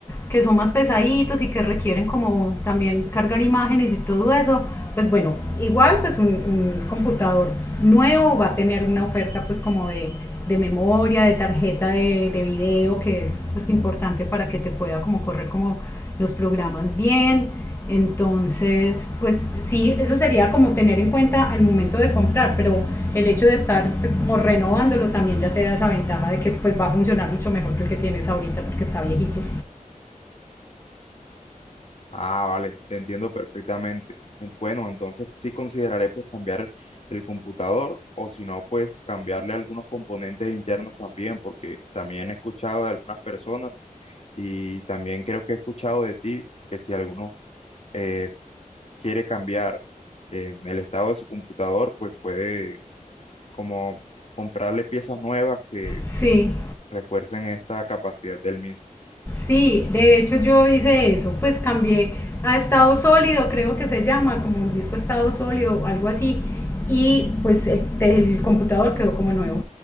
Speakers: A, on the left (about 15°); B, on the left (about 50°).
A: que son más pesaditos y que requieren como también cargar imágenes y todo eso, pues bueno, igual pues un, un computador nuevo va a tener una oferta pues como de, de memoria, de tarjeta de, de video, que es pues, importante para que te pueda como correr como los programas bien. Entonces, pues sí, eso sería como tener en cuenta al momento de comprar, pero el hecho de estar pues como renovándolo también ya te da esa ventaja de que pues va a funcionar mucho mejor que el que tienes ahorita porque está viejito.
B: Ah, vale, te entiendo perfectamente. En- Bueno, entonces sí consideraré pues cambiar el computador o si no pues cambiarle algunos componentes internos también, porque también he escuchado de algunas personas Y también creo que he escuchado de ti que si alguno eh, quiere cambiar eh, el estado de su computador, pues puede como comprarle piezas nuevas que
A: Sí,
B: refuercen esta capacidad del mismo.
A: sí, de hecho yo hice eso, pues cambié a estado sólido, creo que se llama, como un disco estado sólido, algo así, y pues el, el computador quedó como nuevo.